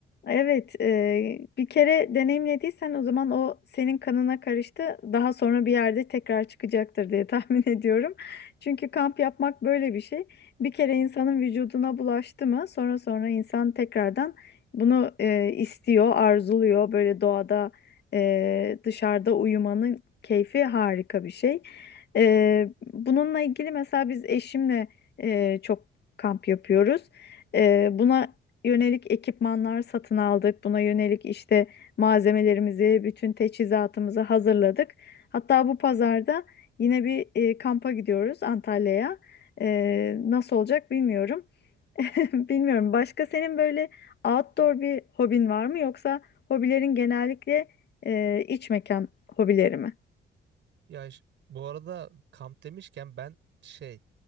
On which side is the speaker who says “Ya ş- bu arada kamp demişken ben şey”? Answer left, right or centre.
Right